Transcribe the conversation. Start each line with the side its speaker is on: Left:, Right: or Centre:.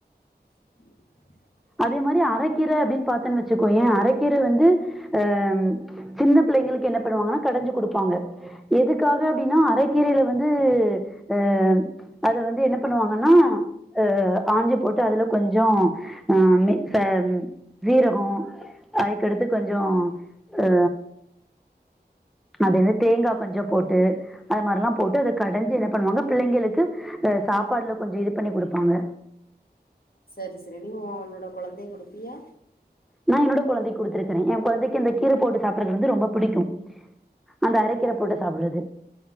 Left: <inaudible>
Centre: அதே மாரி அரக்கீர அப்டின் பாத்தன் வச்சுக்கோய அரக்கீர வந்து அ சின்ன பிள்ளைங்களுக்கு என்ன பண்ணுவாங்கன்னா கடஞ்சு குடுப்பாங்க எதுக்காக அப்டின்னா அரக்கீரைல வந்து அ அத வந்து என்ன பண்ணுவாங்கன்னா அ ஆஞ்சு போட்டு அதுல கொஞ்சோ ஆ மே ச சீரகோ அதுக்கடுத்து கொஞ்சோ அ அது வந்து தேங்கா கொஞ்சோ போட்டு அது மாரிலா போட்டு அத கடஞ்சு என்ன பண்ணுவாங்க பிள்ளைங்களுக்கு அ சாப்பாட்ல கொஞ்சோ இது பண்ணி குடுப்பாங்க
Left: செரி சரி நீயு ஒன்னோட கொழந்தைய குடுப்பியா
Centre: நா என்னோட கொழந்தைக் குடுத்திருக்கற எ கொழந்தைக்கு அந்த கீர போட்டு சாப்புறது வந்து ரொம்ப புடிக்கு அந்த அரக்கீர போட்டு சாப்ட்றது